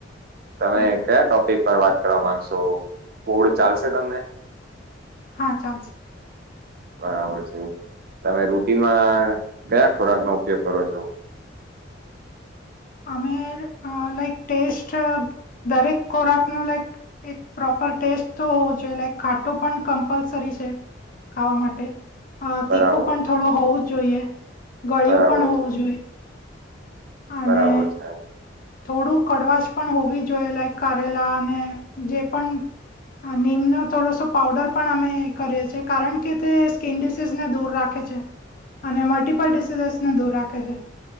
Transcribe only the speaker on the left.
ઓકે
હા ચાલશે.
અમે લાઈક ટેસ્ટ દરેક ખોરાકનોો લાઈક. એક પ્રોપર ટેસ્ટ તો હોવો જોઈએ લાઈક ખાટું પણ કમ્પલસરી છે. ખાવા માટે
તીખું પણ થોડું હોવું જ જોઈએ ગળિયું
પણ હોવું
જોઈએ. અને
થોડું કડવાશ પણ હોવી જોઈએ લાઈક કારેલા અને જે પણ. નીમનો થોડોસો પાવડર પણ અમે કરીએ છીએ કારણ કે તે સ્કીિન ડડીસીઝને દૂર રાખે છે.
અને મલ્ટિપલ ડિસીઝસને દૂર રાખે છે